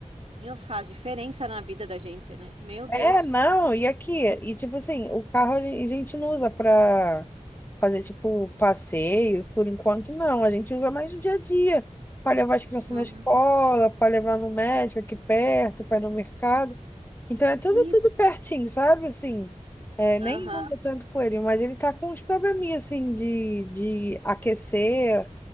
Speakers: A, on the right; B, on the left.
A: faz diferença na vida da gente, né? Meu Deus.
B: é, não, e aqui? E tipo assim, o carro a gen- a gente não usa pra fazer tipo passeio, por enquanto não. A gente usa mais no dia a dia, pra levar as crianças
A: Uhum.
B: na escola, pra levar no médico aqui perto, pra ir no mercado. Então é tudo,
A: Isso.
B: tudo pertinho, sabe? Assim, é, nem
A: Aham.
B: anda tanto com ele, mas ele tá com uns probleminhas assim de, de aquecer.